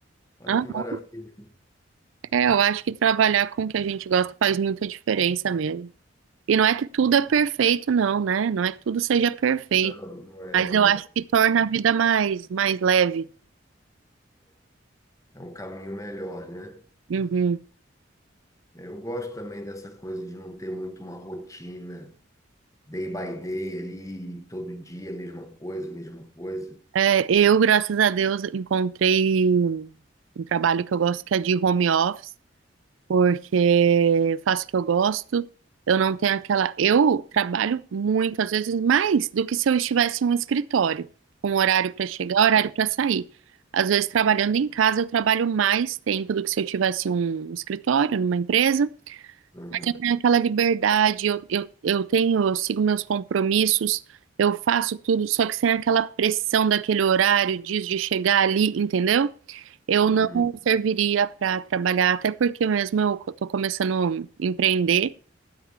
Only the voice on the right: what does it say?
Ah,
é, eu acho que trabalhar com o que a gente gosta faz muita diferença mesmo. E não é que tudo é perfeito, não, né? Não é que tudo seja perfeito,
mas
eu
acho que torna a vida mais, mais leve.
Uhum.
É, eu, graças a Deus, encontrei um trabalho que eu gosto, que é de home office, porque eu faço o que eu gosto. Eu não tenho aquela. Eu trabalho muito, às vezes mais do que se eu estivesse em um escritório, com um horário para chegar, horário para sair. Às vezes, trabalhando em casa, eu trabalho mais tempo do que se eu tivesse em um escritório, numa empresa.
eu tenho aquela liberdade, eu, eu, eu tenho, eu sigo meus compromissos, eu faço tudo, só que sem aquela pressão daquele horário, diz de chegar ali, entendeu? Eu
não serviria para trabalhar, até porque mesmo eu tô começando a empreender,